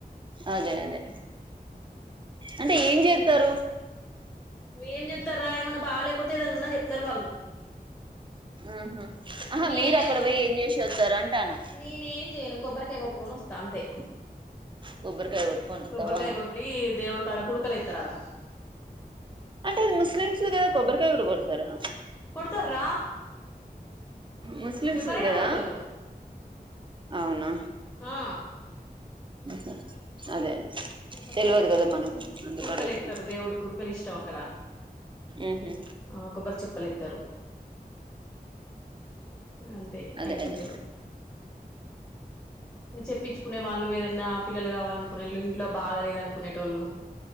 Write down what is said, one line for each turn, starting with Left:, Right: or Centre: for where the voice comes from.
Right: అదే అదే అంటే ఏం చేస్తారు
Left: మేం చెప్తారా ఏమన్నా బాగాలేకపోతేదనిన్నా చెప్తారు వాళ్ళు
Right: ఆహ ఆహా
Left: నేనైతే
Right: మీరు అక్కడ
Left: ఎప్పుడు
Right: పోయి ఏం చేసి వస్తారు అంటాను
Left: నేనేం చేయను కొబ్బరికాయ కొట్టుకొన్ ఒస్తా అంతే
Right: కొబ్బరికాయ కొట్టుకొని వత్తవా
Left: కొబ్బరికాయ కొట్టి దేవుడు కాడ కుడుకలి ఎతారాడ
Right: అంటే అది ముస్లిమ్స్ద కొబ్బరికాయ కూడా కొడతారా
Left: కొడతార్రా
Right: ముస్లిమ్స్ది
Left: ఎవరైనా
Right: కదా
Left: కొడతారు
Right: అవున
Left: ఆ
Right: అదే అదే
Left: కొబ్బరికాయలు
Right: తెల్వదు
Left: కొడతారు
Right: కదా మనకు అందుకు
Left: కుడకలు
Right: అడుగుతున్నా
Left: ఎత్తరు దేవుడికి కుడకలు ఇష్టం అక్కడ
Right: ఉహు
Left: ఆ కొబ్బరి చిప్పలు ఇత్తరు అంతే
Right: అదే
Left: అ ఏం
Right: అదే
Left: లేదు చెప్పించుకునే వాళ్ళు ఏదన్నా పిల్లలు కావాలనుకునేళ్ళు ఇంట్లో బాగాలేదు అనుకునేటోళ్ళు